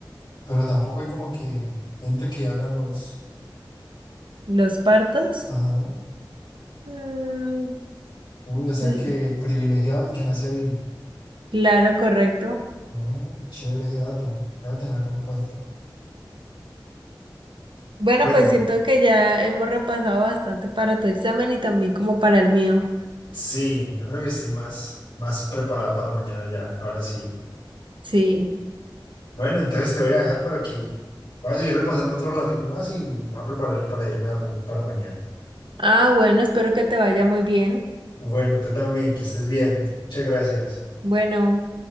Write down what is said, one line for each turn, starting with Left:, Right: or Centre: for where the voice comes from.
Left: Pero tampoco hay como que gente que haga los...
Right: Los partos.
Left: Ajá.
Right: mm,
Left: Uy, o sea
Right: mm,
Left: que privilegiado el que nació ahí.
Right: claro, correcto.
Left: Mm, chévere ese dato. Voy a tenerlo en cuenta.
Right: Bueno,
Left: Pero
Right: pues siento que ya hemos repasado bastante para tu examen y también como para el mío.
Left: sí, yo creo que estoy más, más preparado para mañana ya. Ahora sí.
Right: Sí.
Left: Bueno, entonces te voy a dejar para que voy a seguir repasando otro ratico más y me voy a preparar para irme a dormir para mañana.
Right: Ah, bueno, espero que te vaya muy bien.
Left: Bueno, tú también, que estés bien. Muchas gracias.
Right: Bueno.